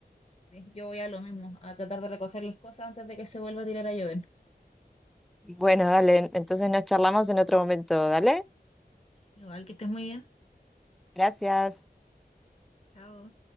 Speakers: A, on the left; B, in the centre.
A: sí, yo voy a lo mismo, a tratar de recoger las cosas antes de que se vuelva a tirar a llover.
B: Bueno, dale, entonces nos charlamos en otro momento, dale.
A: Igual que estés muy bien.
B: Gracias.
A: Chao.